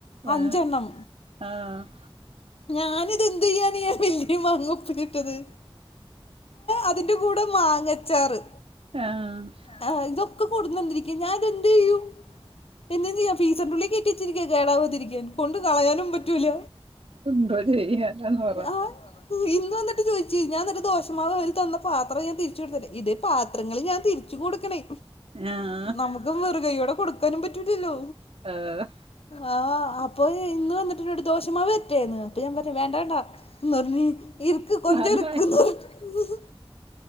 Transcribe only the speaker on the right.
ആഹ്
ആഹ്
ആഹ്
എന്തോ ചെയ്യാനാന്ന് പറ
ആഹ്
ആഹ്
നല്ല